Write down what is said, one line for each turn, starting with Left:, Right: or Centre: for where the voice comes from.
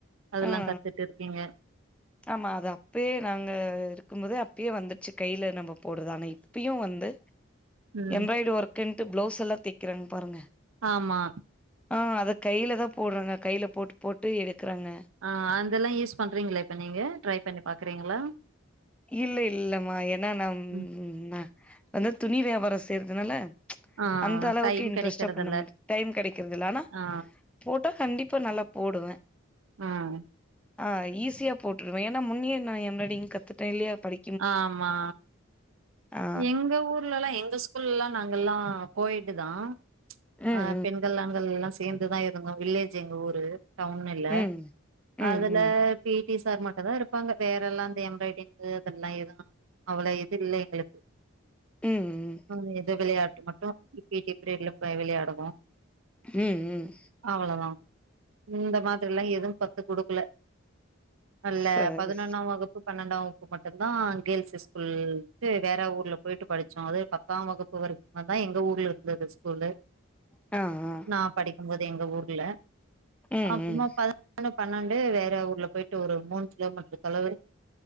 Right: அதெல்லா
Centre: ஆ
Right: கத்துட்டு இருக்கீங்க
Centre: ஆமா அது அப்பயே நாங்க இருக்கும் போதே அப்பயே வந்துருச்சு கைல நம்ம போடுறது ஆனா இப்பயு வந்து
Right: ம்
Centre: எம்ராய்ட் ஒர்க்கன்ட்டு பிளவுஸ் எல்லா தைக்கிறாங்க பாருங்க
Right: ஆமா
Centre: ஆ அத கைல தா போட்றாங்க கைல போட்டு போட்டு எடுக்குறாங்க
Right: ஆ அதெல்லா யூஸ் பண்ணுறீங்ள இப்ப நீங்க ட்ரை பண்ணி பாக்குறீங்களா
Centre: இல்ல இல்லமா ஏனா நம்
Right: ம்
Centre: ம வந்து துணி வியாபாரோ செய்ற்துனால
Right: ஆ
Centre: அந்த அளவுக்கு
Right: டைம்
Centre: இன்ட்ரெஸ்ட்டா
Right: கெடைக்கறதில்ல
Centre: பண்ண மாட்ட டைம் கெடைக்கிறதில்ல ஆனா
Right: ஆ
Centre: போட்டா கண்டிப்பா நல்லா போடுவ
Right: ம்
Centre: ஆ ஈஸியா போட்ருவே ஏனா முன்னியே நா எம்பிராய்டிங் கத்துட்டே இல்லயா படி
Right: ஆமா
Centre: ஆ
Right: எங்க ஊர்லலா எங்க ஸ்கூல்லா நாங்கெல்லா கோயட்டுதா
Centre: ம்
Right: ஆ பெண் கள் ஆண்கள்லா சேர்ந்துதா இருந்தோ வில்லேஜ் எங்க ஊரு டவுன் இல்ல
Centre: ம் ம் ம் ம்
Right: அதுல பி டி சார் மட்டுதா இருப்பாங்க வேறெல்லா இந்த எம்ப்ராய்டிங்கு அதெல்லா எது அவுளோ இது இல்ல எங்குளுக்கு
Centre: ம்
Right: ம் எதோ விளையாட்டு மட்டு இந்த பி டி பீரிடுல போய் விளையாடுவோ
Centre: ம் ம்
Right: அவளதா இந்த மாதிரிலா எதும் கத்து குடுக்குல அல்ல
Centre: சரி
Right: பதுனொன்னாம்
Centre: ஸ்
Right: வகுப்பு பன்னண்டா வகுப்பு மட்டுந்தான் கேள்ஸு ஸ்கூல்ன்ட்டு வேற ஊர்ல போய்ட்டு படிச்சோ அது பத்தாம் வகுப்பு வரைக்மதா எங்க ஊர்ல இருந்தது ஸ்கூல்லு
Centre: ஆ ஆ
Right: நா படிக்குமோது எங்க ஊர்ல
Centre: ம்
Right: அப்புமா
Centre: ம்
Right: பது னொன்னு பன்னண்டு வேற ஊர்ல போய்ட்டு ஒரு மூண் கிலோமீட்ரு தொலவரி